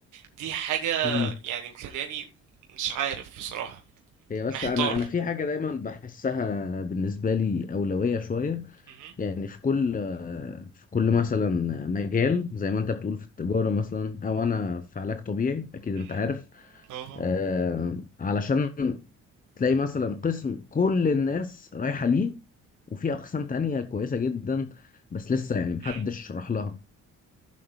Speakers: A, on the right; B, on the left.
A: دي حاجة
B: امم
A: يعني مخلياني مش عارف بصراحة
B: هي بس
A: محتار
B: انا انا في حاجه دايما بحسها بالنسبه لي اولويه شويه
A: مهم.
B: يعني في كل في كل مثلا مجال زي ما انت بتقول في التجاره مثلا او انا في علاج طبيعي اكيد انت
A: مهم.
B: عارف
A: اه
B: آه، علشان تلاقي مثلا قسم كل الناس رايحة ليه وفي أقسام تانية كويسة جدا بس لسه يعني محدش
A: مهم.
B: راح لها